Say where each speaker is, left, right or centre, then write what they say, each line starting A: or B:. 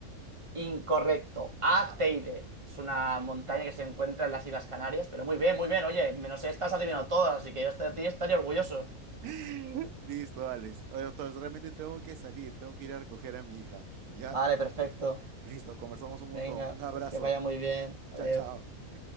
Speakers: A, on the right; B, on the right.
A: Incorrecto. A.
B: Ah.
A: Teide. Es una montaña que se encuentra en las Islas Canarias, pero muy bien, muy bien. Oye, menos esta has adivinado todas, así que yo de ti estaría orgulloso.
B: <laughs> Listo, Alex. Oye, doctor, realmente tengo que salir, tengo que ir a recoger a mi hija. ¿Ya?
A: Vale, perfecto.
B: Listo, conversamos un
A: Venga,
B: montón. Un abrazo.
A: que vaya muy bien. Adiós.
B: Chao, chao.